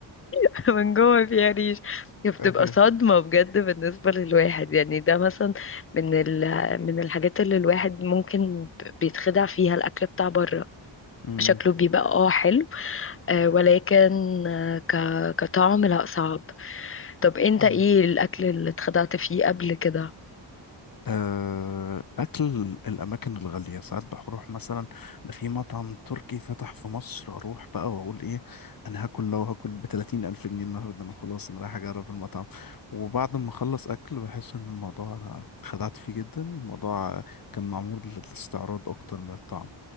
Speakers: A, on the left; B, on the left.
A: <laughs> من جوه فيها ريش بتبقى
B: أه.
A: صدمة بجد بالنسبة للواحد يعني ده مثلا من ال... من الحاجات اللي الواحد ممكن بيتخدع فيها الأكل بتاع بره
B: <laughs>
A: شكله بيبقى اه حلو آه ولكن آه ك... كطعم لا صعب طب انت
B: مم.
A: ايه الأكل اللي اتخدعت فيه قبل كده؟
B: آه، أكل الأماكن الغالية ساعات بروح مثلا ده في مطعم تركي فتح في مصر أروح بقى وأقول إيه أنا هاكل لو هاكل بتلاتين ألف جنيه النهاردة أنا خلاص أنا رايح أجرب المطعم وبعد ما أخلص أكل بحس إن الموضوع أنا خدعت فيه جدا الموضوع كان معمول للاستعراض أكتر من الطعم